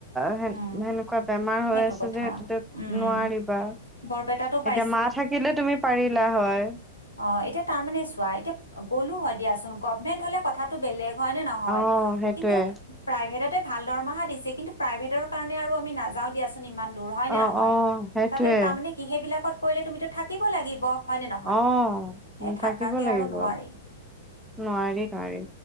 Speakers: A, in the centre; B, on the left.
A: তেনেকুৱা
B: উম
A: বেমাৰ হৈ
B: সেইটো
A: আছে
B: কথা
A: যে সেইটোটো
B: উম
A: নোৱাৰিবা
B: বৰপেটাতো পাইছোঁ
A: এতিয়া মা থাকিলে তুমি পাৰিলা হয়।
B: অ এতিয়া তাৰ মানে চোৱা এতিয়া গ'লো হয় দিয়া, গভমেট হ'লে কথা, বেলেগ, হয় ন নহয়
A: অ সেইটোয়ে
B: কিন্তু প্ৰাইভেটতে, ভাল দৰমহা দিছে কিন্তু, প্ৰাইভেটৰ কাৰণে আৰু আমি নাযাওঁ দিয়াচোন ইমান। দূৰ হয় নে
A: অ
B: নহয়
A: অ সেইটোয়ে
B: তাতে তাৰমানে কি সেইবিলাকত, কৰিলে তুমিতো থাকিব লাগিব। হয় নে নহয়?
A: অ'
B: এ থাকাকে
A: থাকিব লাগিব।
B: আৰু নোৱাৰি।
A: নোৱাৰি, নোৱাৰি